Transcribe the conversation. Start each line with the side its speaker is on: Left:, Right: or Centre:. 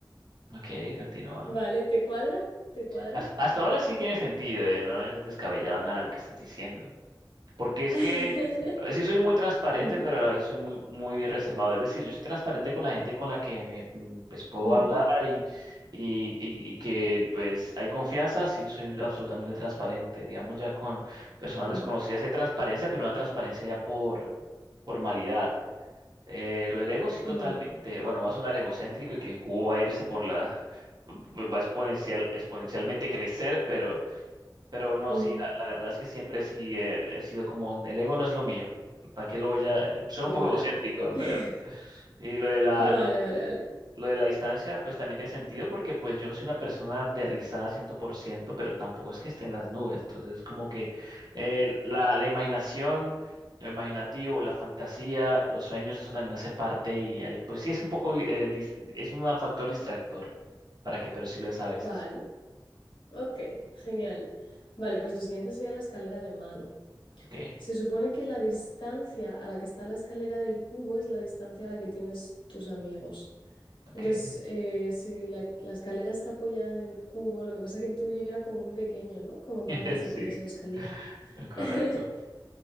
Right: Ok, continúa.
Left: vale, ¿te cuadra? ¿Te cuadra?
Right: Has- Hasta, ahora sí tiene sentido, eh, No es descabellado nada lo que estás diciendo. Porque es
Left: <laughs>
Right: que eh, sí soy muy transparente,
Left: Ujú,
Right: pero a la vez soy muy, muy reservado. Es decir, yo soy transparente con la gente con la que me mm, pues, puedo
Left: ujú,
Right: hablar y, y, y- y que pues hay confianza, sí soy absolutamente transparente. Digamos, ya con personas
Left: mm,
Right: desconocidas hay transparencia, pero una transparencia ya por formalidad. Eh, lo del ego sí totalmente.
Left: mm,
Right: Bueno, va a sonar egocéntrico y que el cubo va a irse por la... va a exponencial, exponencialmente crecer, pero no,
Left: ujú.
Right: sí, la, la verdad es que siempre sí eh, he, sido como, el ego no es lo mío. ¿Para qué lo voy a...? Suena
Left: Vale.
Right: un poco egocéntrico,
Left: <laughs>
Right: pero... Y lo de la,
Left: Vale,
Right: lo,
Left: vale, vale.
Right: lo de la distancia, pues también tiene sentido porque pues yo no soy una persona aterrizada 100% pero tampoco es que esté en las nubes. Entonces, como que eh, la, la imaginación, lo imaginativo, la fantasía, los sueños, eso también hace parte y ahí, pues sí es un poco, eh, dis- es un factor distractor. ¿Para qué? Pero sí lo es a veces.
Left: Vale. Ok, genial. Vale, pues lo siguiente sería la escalera de mano.
Right: Ok,
Left: Se supone que la distancia a la que está la escalera del cubo es la distancia a la que tienes tus amigos.
Right: ok.
Left: Entonces, eh, si la, la escalera está apoyada en el cubo, lo que pasa es que el tuyo era como muy pequeño, ¿no? Como para
Right: <laughs>
Left: que se
Right: Sí,
Left: apoyase la escalera.
Right: correcto.
Left: <laughs>